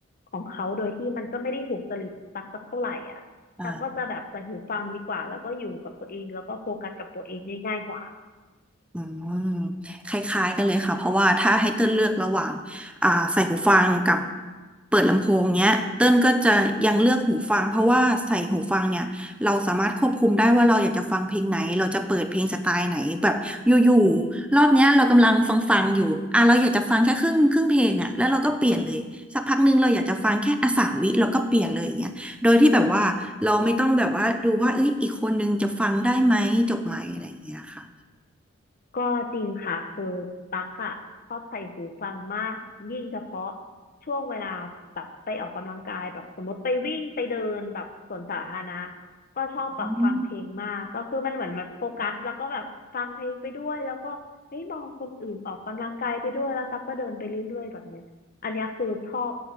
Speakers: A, on the left; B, in the centre.
A: ของเขาโดยที่มันก็ไม่ได้ถูกจริตตักสักเท่าไหร่อ่ะตักก็จะแบบใส่หูฟังดีกว่าแล้วก็อยู่กับตัวเองแล้วก็โฟกัสกับตัวเองได้ง่ายกว่า
B: อ่า อืมคล้ายๆกันเลยค่ะเพราะว่าถ้าให้เติ้ลเลือกระหว่างอ่าใส่หูฟังกับเปิดลำโพงเนี้ยเติ้ลก็จะยังเลือกหูฟังเพราะว่าใส่หูฟังเนี่ยเราสามารถควบคุมได้ว่าเราอยากจะฟังเพลงไหนเราจะเปิดเพลงสไตล์ไหนแบบอยู่ๆรอบเนี้ยเรากำลังฟังฟังอยู่อ่ะเราอยากจะฟังแค่ครึ่งครึ่งเพลงอ่ะแล้วเราก็เปลี่ยนเลยสักพักหนึงเราอยากจะฟังแค่อ่ะสามวิเราก็เปลี่ยนเลยอย่างเงี้ยโดยที่แบบว่าเราไม่ต้องแบบว่าดูว่าเอ้ยอีกคนนึงจะฟังได้ไหมจบไหมอะไรอย่างเงี้ยค่ะ
A: ก็จริงค่ะคือตั๊กอ่ะชอบใส่หูฟังมากยิ่งเฉพาะช่วงเวลาแบบไปออกกำลังกายแบบสมมติไปวิ่งไปเดินแบบสวนสาธารณะก็ชอบแบบฟังเพลงมากก็คือมันเหมือนมันโฟกัสแล้วก็แบบฟังเพลงไปด้วยแล้วก็เฮ้ยมองคนอื่นออกกำลังกายไปด้วยแล้วตั๊กก็เดินไปเรื่อยๆแบบเนี้ยอันเนี้ยคือชอบ
B: อืม